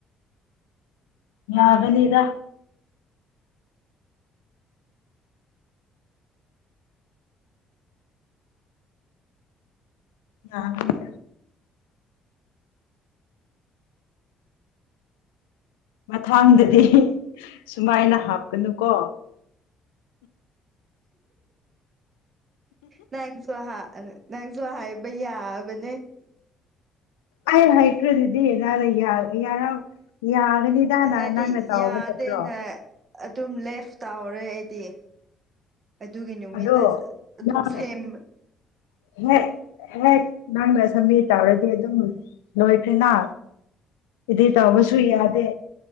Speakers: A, on the left; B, on the right.
A: ꯌꯥꯒꯅꯤꯗ ꯌꯥꯒꯅꯤ ꯃꯊꯪꯗꯗꯤ ꯁꯨꯃꯥꯏꯅ ꯍꯥꯞꯀꯅꯨꯀꯣ
B: ꯅꯪꯁꯨ ꯍꯥ ꯅꯪꯁꯨ ꯍꯥꯏꯕ ꯌꯥꯕꯅꯦ
A: ꯑꯩ ꯍꯩꯈ꯭ꯔꯗꯨꯗꯤ ꯅꯪꯅ ꯌꯥ ꯌꯥꯔꯛꯑꯣꯏ ꯌꯥꯒꯅꯤꯗꯅ
B: ꯑꯩꯗꯤ
A: ꯅꯪꯅ ꯇꯧꯕ
B: ꯌꯥꯗꯦꯅ
A: ꯅꯠꯇ꯭ꯔꯣ
B: ꯑꯗꯨꯝ ꯂꯦꯐ ꯇꯧꯔꯦ ꯑꯩꯗꯤ ꯑꯗꯨꯒꯤ ꯅꯨꯃꯤꯠꯇ
A: ꯑꯗꯣ
B: ꯑꯗꯨꯝ
A: ꯅꯪ
B: ꯁꯦꯝ
A: <unintelligible> ꯍꯦꯛ ꯅꯪꯅ ꯁꯝꯃꯤꯠ ꯇꯧꯔꯗꯤ ꯑꯗꯨꯝ ꯂꯣꯏꯈ꯭ꯔꯦꯅ ꯏꯗꯤꯠ ꯇꯧꯕꯁꯨ ꯌꯥꯗꯦ